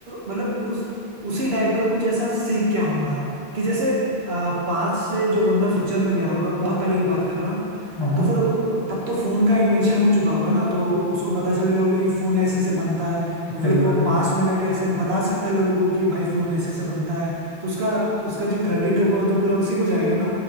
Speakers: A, on the right; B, on the left.
A: मतलब उस उसी टाइप का कुछ ऐसा सीख के आऊंगा कि जैसे पास्ट से जो बंदा फ्यूचर में गया होगा बहुत पहले की बात कर रहा हूँ
B: हाँ हाँ,
A: तो फिर उ- तब तो फोन का इन्वेंशन हो चुका होगा ना तो उसको पता चल गया होगा कि फोन ऐसे ऐसे बनता है तो
B: सही
A: फिर वो
B: बात है
A: पास्ट में जाके ऐसे बता सकता है लोगों को कि भाई फोन ऐसे ऐसे बनता है तो उसका उसका जो क्रेडिट होगा वो तो पूरा उसी को जाएगा ना